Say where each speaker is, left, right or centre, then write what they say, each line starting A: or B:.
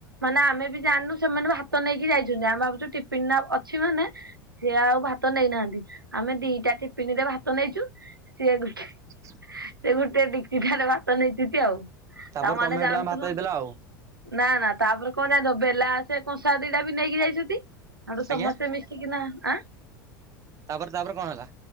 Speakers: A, on the right; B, on the right.
A: ମାନେ ଆମେ ବି ଜାଣିନୁ ସେମାନେ ବି ଭାତ ନେଇକି ଯାଇଛନ୍ତି ଆମେ ଭାବୁଛୁ ଟିଫିନ୍ ଟା ଅଛି ମାନେ ସିଏ ଆଉ ଭାତ ନେଇନାହାନ୍ତି ଆମେ ଦିଟା ଟିପିନିରେ ଭାତ ନେଇଛୁ ସିଏବି
B: <inaudible>
A: ସେ ଗୋଟେ ଡିକ୍ଚି ଟାରେ ଭାତ ନେଇଚିନ୍ତି ଆଉ
B: ତାପରେ
A: ତା ମାନେ
B: ତମେ
A: ଜାଣୁଥୁବ
B: ଗୋଟେ ତାଙ୍କୁ ଭାତ ଦେଇଦେଲ ଆଉ।
A: ନା ନା ତାପରେ କଣ ଜାଣିଚ ବେଲା ସେ କଂସା ଦିଟା ବି ନେଇକି ଯାଇଛନ୍ତି ହେଠୁ
B: ଆଜ୍ଞା
A: ସମସ୍ତେ ମିଶି ମିଶିକିନା ଆଁ।
B: ତାପରେ ତାପରେ କଣ ହେଲା?